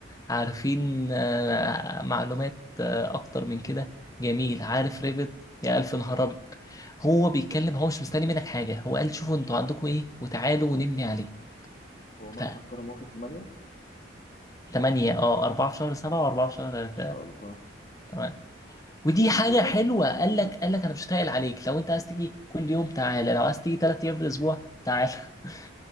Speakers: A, on the left; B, on the left.
A: عارفين آه، معلومات آه، اكتر من كده جميل عارف ريفت يا الف نهار ابيض هو بيتكلم هو مش مستني منك حاجه هو قال شوفوا انتوا عندكم ايه وتعالوا ونبني عليه
B: هو مكتب
A: ف
B: كرم واخد 8
A: 8 اه 4 في شهر 7 و4 في شهر
B: ان شاء الله
A: 8 ودي
B: باقي
A: حاجه
B: الدكاترة
A: حلوه قال
B: كلها
A: لك قال لك انا مش هتقل عليك لو انت عايز تيجي كل يوم تعالى لو عايز تيجي 3 ايام في الاسبوع تعالى <laughs>